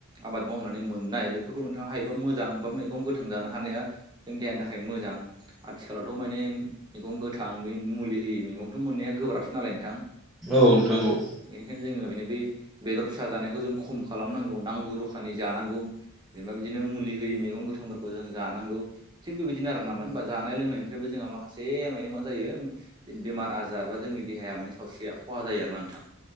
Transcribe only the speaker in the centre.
औ नोंथान औ